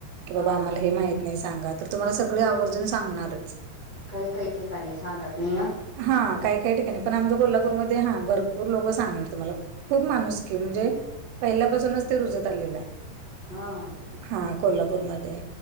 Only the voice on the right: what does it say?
की बाबा
आम्हाला
हे माहित नाही सांगा तर तुम्हाला सगळे आवर्जून सांगणारच.
हा काय काय ठिकाणी पण आमच्या कोल्हापूरमध्ये हां भर पूर लोक सांगणार तुम्हाला खूप माणुसकी म्हणजे पहिल्यापासूनच ते रुजत आलेलं आय.
हा कोल्हापूरमध्ये